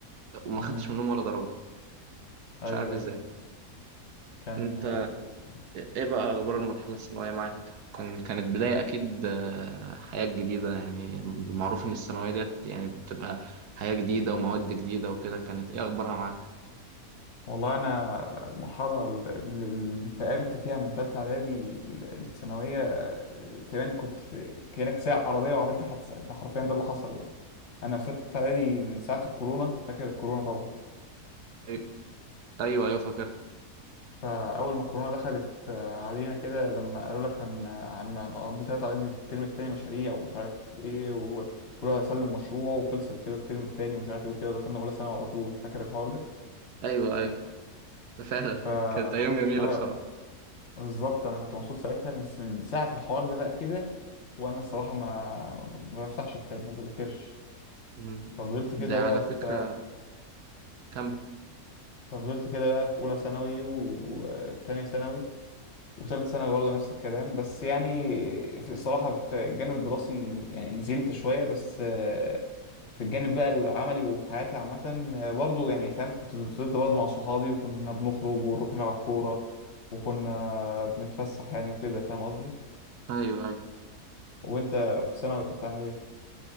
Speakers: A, on the right (about 80°); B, on the left (about 50°).
A: وما
B: امم
A: خدتش منهم ولا درجه
B: ايوه
A: مش عارف ازاي
B: ايوه كان
A: انت
B: آه، كان-
A: ايه بقى اخبار المرحله الثانويه معاك كان كانت بدايه اكيد آه، حياه جديده يعني المعروف ان الثانويه ديت يعني بتبقى حياه جديده ومواد جديده وكده كانت ايه اخبارها معاك
B: والله انا المرحله اللي اللي انتقلت فيها من تالتة اعدادي للثانويه آه، تقريبا كنت كانك سايق عربيه وعملت حادثه ده حرفيا ده اللي حصل يعني انا في تالتة اعدادي من ساعه الكورونا فاكر الكورونا طبعا
A: أي- ايوه ايوه فاكر
B: فأول ما الكورونا دخلت آه، علينا كده لما قالوا لك هن هن- هنقضي تلات على قد الترم التاني مشاريع ومش عارف ايه وكل واحد سلم مشروع وخلصت كده الترم التاني ومش عارف ايه وكده دخلنا أولى ثانوي على طول فاكر الحوار ده؟
A: ايوه ايوه فعلا
B: ف
A: كانت أيام جميلة
B: آه،
A: بصراحة
B: بالظبط أنا كنت مبسوط ساعتها من س- من ساعة الحوار ده بقى كده وأنا الصراحة ما ما بفتحش كتاب ما بذاكرش
A: مم.
B: ففضلت كده
A: ده
B: بقى
A: على فكرة
B: في
A: كمل
B: ففضلت كده بقى في أولى ثانوي وتانية ثانوي وثالث ثانوي برضه نفس الكلام بس يعني في الصراحة في الجانب الدراسي يعني نزلت شوية بس آه، في الجانب بقى العملي وفي حياتي عامة آه، برضه يعني فاهم كنت فضلت برضه مع صحابي وكنا بنخرج ونروح نلعب كورة وكنا بنتفسح يعني وكده فاهم قصدي
A: أيوه أيوه
B: وانت في ثانوي كنت عامل ايه؟